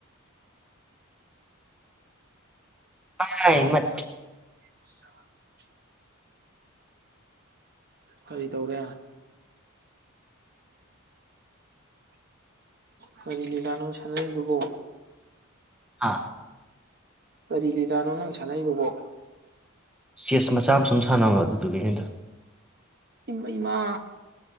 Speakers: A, in the centre; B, on the right.
A: ꯄꯥꯏ ꯃ
B: <inaudible> ꯀꯔꯤ ꯇꯧꯔꯦ ꯀꯔꯤ ꯂꯤ ꯀꯅꯣ ꯁꯥꯟꯅꯩꯔꯤꯕꯕꯣ
A: ꯑꯥ
B: ꯀꯔꯤ ꯂꯤꯂꯥꯅꯣ ꯅꯪ ꯁꯥꯟꯅꯕꯣ
A: ꯆꯦꯁ ꯃꯆꯥ ꯑꯃ ꯁꯨꯝ ꯁꯥꯟꯅꯕ ꯑꯗꯨꯗꯨꯒꯤ ꯅꯤꯗ
B: ꯏꯃ ꯏꯃꯥ